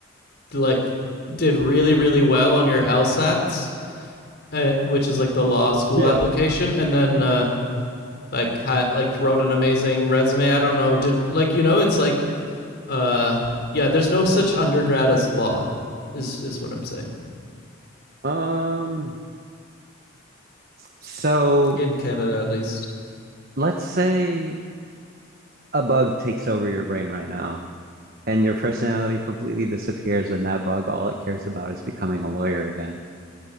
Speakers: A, on the left (about 55°); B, on the right (about 50°).
A: like did really really well on your LSATs, uh, which is like the law school
B: Yeah.
A: application, and then uh, like ha- like wrote an amazing resume. I don't know. Did like you know it's like uh yeah, there's no such undergrad as law is is what I'm saying.
B: Um, so
A: In Canada at least.
B: let's say a bug takes over your brain right now and your personality completely disappears and that bug all it cares about is becoming a lawyer again